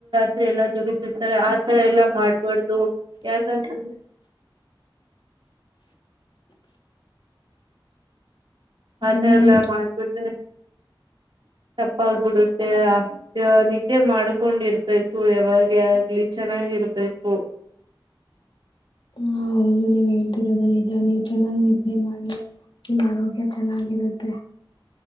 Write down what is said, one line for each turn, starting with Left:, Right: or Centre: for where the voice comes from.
Right: ಸೇಲುಗ ತ ಆತರ ಎಲ್ಲಾ ಮಾಡ್ಬಾರ್ದು ಯಾಕಂತ್ರ
Left: ಯಾಕಂದ್ರೆ
Right: ಆತರ ಎಲ್ಲಾ
Left: ನಮ್
Right: ಮಾಡ್ಬಿಟ್ಟೆ ತಪ್ಪಾಗ್ಬಿಡುತ್ತೆ ನಿದ್ದೆ ಮಾಡ್ಕೊಂಡಿರ್ಬೇಕು ಯಾವಾಗ ಆಗ್ಲಿ ಚೆನ್ನಾಗಿರ್ಬೇಕು
Left: ಹಾ ಹೌದು ನೀವ್ ಹೇಳ್ತಿರೋದು ನಿಜ ನೀವು ಚೆನ್ನಾಗ್ ನಿದ್ರೆ ಮಾಡಿ ನಿಮ್ಮ ಆರೋಗ್ಯ ಚೆನ್ನಾಗಿರುತ್ತೆ